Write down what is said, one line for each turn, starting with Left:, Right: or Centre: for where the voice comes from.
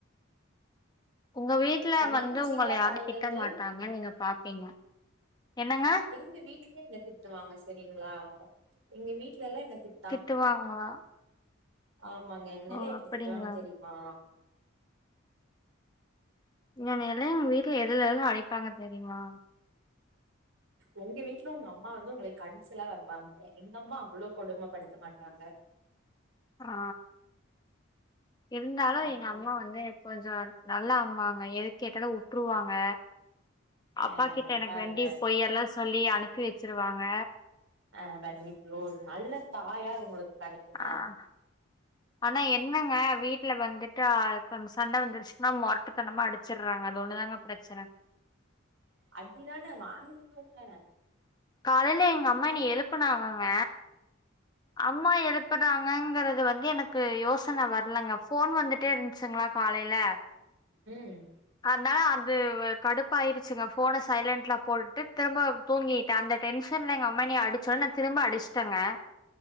Left: உங்க வீட்டுல
Right: தண்ணி
Left: வந்து
Right: குடிச்சீங்களா
Left: உங்கள யாரு
Right: காலையில
Left: திட்ட
Right: இருந்து
Left: மாட்டாங்க நீங்க பாப்பீங்க என்னங்க
Right: எங்க வீட்லயு என்ன திட்டுவாங்க செரிங்களா எங்க வீட்ல எல்லா என்ன திட்
Left: திட்டுவாங்களா
Right: ஆமாங்க என்னைலா
Left: ஓ!
Right: எப்பிடி
Left: அப்படிங்களா?
Right: திட்டுவாங்க தெரியுமா
Left: என்ன எல்லா எங்க வீட்டுல எதுல எல்லா அடிப்பாங்க தெரியுமா
Right: உங்க வீட்ல உங்க அம்மா வந்து உங்களைய வந்து கடிச்சில்லா வப்பாங்க எங்க அம்மா அவ்ளோ கொடுமப்படுத்த மாட்டாங்க
Left: ஆ இருந்தாலு
Right: ஆமாங்க
Left: எங்க அம்மா வந்து கொஞ்சோ நல்லா அம்மாங்க எதுக்கு கேட்டாலு வுட்டுருவாங்க அப்பா
Right: ஆ
Left: கிட்ட எனக்கு
Right: பாருங்க
Left: வேண்டி பொய்யெல்லா சொல்லி அனுப்பி வச்சிருவாங்க
Right: அ பாருங்க இவ்ளோ நல்ல தாயார் உங்களுக்கு கெடைக்குமா
Left: ஆ <inaudible> ஆனா என்னங்க வீட்ல வந்துட்டு அது கொஞ்ச சண்ட வந்துருச்சுனா மொரருட்டத்தனமா அடிச்சடறாங்க அது ஒன்னு தாங்க பிரச்சன
Right: அடிதான வாங்கிகோங்க
Left: காலைல எங்க அம்மா என்னை எழுப்பனாங்கங்க அம்மா எழுப் பனாகங்கறது வந்து எனக்கு யோசன வரலங்க போன் வந்துட்டே இருந்துச்சுங்களா காலைல
Right: ம்
Left: அதனால அது கடுப்பாயிருச்சுங்க ஃபோன சைலன்ட்ல போட்டுட்டு திரும்ப தூங்கிட்ட அந்த டென்ஷன்ல எங்க அம்மா என்ன அடிச்சொன்ன நா திரும்ப அடிச்சுட்டேங்க